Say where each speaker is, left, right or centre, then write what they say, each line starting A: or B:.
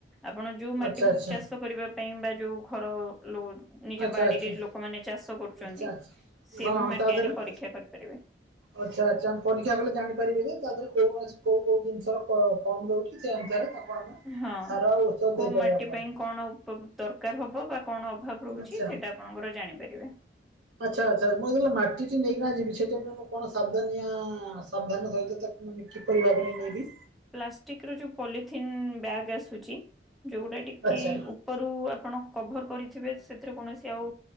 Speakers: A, in the centre; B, on the right.
A: ଆପଣ ଉ
B: ଆଚ୍ଛା ଆଚ୍ଛା
A: ଚାଷ କରିବା ପାଇଁ ବା ଯୋଉ ଘର ଲୋନ ଏ
B: ଆଚ୍ଛା
A: ଯୋଉ ବାଡିରେ
B: ଆଚ୍ଛା
A: ଲୋକମାନେ ଚାଷ କରୁଛନ୍ତି
B: ଆଚ୍ଛା ଆଚ୍ଛା
A: ସେ
B: ହଁ
A: ବି
B: ହଁ
A: ମାଟି
B: ତା ଦେହରେ
A: ଆଣି ପରୀକ୍ଷା କରିପାରିବେ?
B: ଆଚ୍ଛା ଆଚ୍ଛା ପରୀକ୍ଷା କଲେ ଜାଣିପାରିବେ ଯେ ତା ଦେହରେ କୌଣସି କୋଉ କୋଉ ଜିନିଷର କମ୍ ରହୁଛି। <inaudible>
A: ହଁ
B: ସାର ଆଉ ଔଷଧ
A: କୋଉ
B: ଦେଇପାରିବା
A: ମାଟି
B: ପରେ
A: ପାଇଁ କଣ ଉପ ଦରକାର ହବ ବା କଣ ଅଭାବ ରହୁଛି
B: ଆଚ୍ଛା।
A: ସେଇଟା ଆପଣଙ୍କର ଜାଣିପାରିବେ?
B: ଆଚ୍ଛା ଆଚ୍ଛା ମୁଁ ଯେତେ ମାଟିଟି ନେଇକିନା ଯିବି ସେଥି ମୁଁ କଣ ସାବଧାନ ସାବଧାନ ସହିତ ମାନେ କିପରି ଭାବରେ ନେବି
A: ପ୍ଲାଷ୍ଟିକ ର ଯୋଉ ପଲିଥିନ୍ ବ୍ୟାଗ୍ ଆସୁଛି ଯୋଉଗୁଡା କି
B: ଆଚ୍ଛା
A: ଉପରୁ ଆପଣ କଭର କରିଥିବେ ସେଥିରେ କୌଣସି ଆଉ